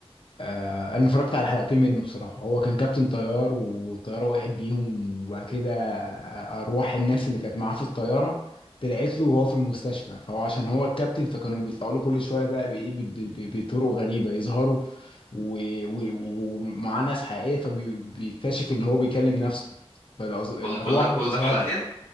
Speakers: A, on the left; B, on the left.
A: آه، انا اتفرجت على حلقتين منه بصراحه هو كان كابتن طيار والطياره وقعت بيهم وبعد كده ارواح الناس اللي كانت معاه في الطياره طلعت له وهو في المستشفى فهو عشان هو الكابتن فكانوا بيطلعوا له كل شويه بقى بايه ب- ب- ب- بطرق غريبه يظهروا و- و- ومعاه ناس حقيقيه فبيكتشف ان هو بيكلم نفسه فالارواح
B: كل كل ده كل
A: بتظهر
B: ده في حلقتين
A: له